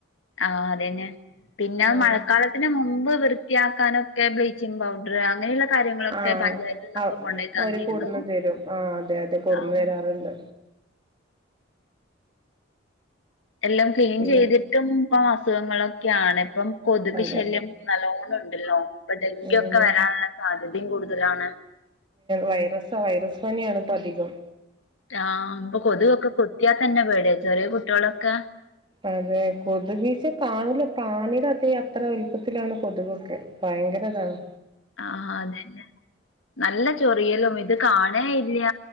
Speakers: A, on the left; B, on the right.
A: ആഹ് അതന്നെ പിന്നെ
B: ആഹ്
A: മഴക്കാലത്തിന് മുമ്പ് വൃത്തിയാക്കാനൊക്കെ ബ്ലീച്ച് പൗഡർ അങ്ങനെയുള്ള കാര്യങ്ങളൊക്കെ
B: ആഹ്
A: പഞ്ചായത്ത് നിന്നൊക്കെ
B: അവ
A: കൊണ്ടുപോയി തന്നിരുന്നു
B: അവര് കൊടുന്ന് തരും ആഹ് അതെ അതെ കൊടുന്ന്
A: ആഹ്
B: തരാറുണ്ട്
A: എല്ലാം ക്ലീൻ
B: പിന്നെ
A: ചെയ്തിട്ടും ഇപ്പം അസുഖങ്ങളൊക്കെയാണ് ഇപ്പം കൊതുക്
B: അതെ
A: ശല്യം നല്ലോണം ഉണ്ടല്ലോ ഇപ്പൊ ഡെങ്കി
B: ഉം
A: ഒക്കെ വരാനുള്ള സാധ്യതയും കൂടുതലാണ്
B: വൈറസ് വൈറസ് പനിയാണ് ഇപ്പം അധികം
A: ആഹ് ഇപ്പൊ കൊതുക് കുത്തിയാൽ തന്നെ പേടിയാ ചെറിയ കുട്ടികളൊക്കെ
B: അതെ കൊതുകീസ കാണൂല പ്രാണിയുടെ അതെ അത്ര വലുപ്പത്തിലാണ് കൊതുകൊക്കെ ഭയങ്കര അതാണ്
A: ആഹ് അതന്നെ നല്ല ചൊറിയലും ഇത് കാണേ ഇല്ല